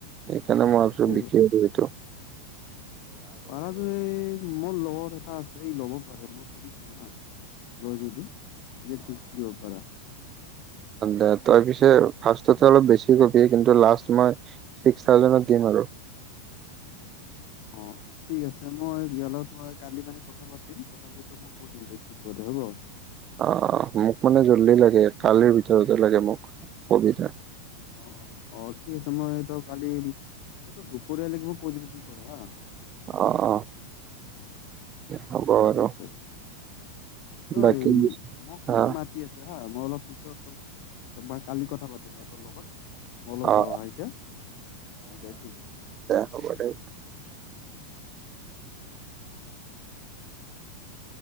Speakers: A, on the right; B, on the left.
A: সেইকাৰণে মই ভাবিছো
B: এইটোৱে
A: বিক্ৰী
B: কথা।
A: সো
B: <inaudible> মোৰ লগৰ এটা আছে এই ল'ব পাৰে মই ফুৰি চাম হা লৈ যদি এিকাত পিকি দিব পাৰা।
A: দো তই পিছে ফাৰ্ষ্টতে অলপ বেছি কবি কিন্তু লাষ্ট মই ছিক্সাজেডতফ দিমাৰ আৰু।
B: অ, ঠিক আছে মই ইয়লত মই কালি মানে কথা পাতিম। মই ক দিম দে কি কৰে হ'ব।
A: অ, মোক মানে জল্দি লাগে কালিৰ ভিতৰতে লাগে মোক কবিতা
B: অ', অ', ঠিক আছে মই এইটো কালি মই ত দুপৰীয়ালোগ মই কৈ দিমি কি কৰে হা
A: অ', অ', হ'ব।
B: ঠিক আছে দে অ, তই
A: বাকী
B: এই মোক মায়ে
A: অ
B: মাতি আছে। হা মই অলপ পিছত তোকই কালি কথা পাতিম হা তোৰ লগত। অলপ
A: অ
B: যাৱা হয় এতিয়া দে ঠিক আছে।
A: হ'ব'দে।